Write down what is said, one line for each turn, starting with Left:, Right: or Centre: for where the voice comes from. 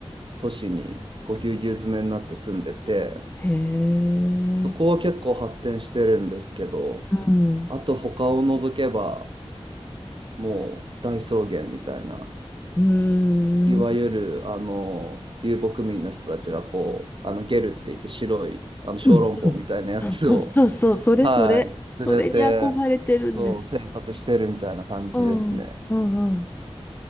Right: 都市にこうぎゅうぎゅう詰めになって住んでて、
Left: へえ。
Right: そこは結構発展してるんですけど、
Left: うん。
Right: あと他を除けばもう大草原みたいな。
Left: うーん。
Right: いわゆる、あの、遊牧民の人たちがこう、あの、ゲルって言って白い、あの、小籠包みたいなやつを、
Left: うんうん。そうそうそうそう。
Right: <laughs>
Left: それそれ。
Right: はい、
Left: それに憧れてるんです。
Right: 連れて、そう、生活してるみたいな感じですね。
Left: うん、うんうん。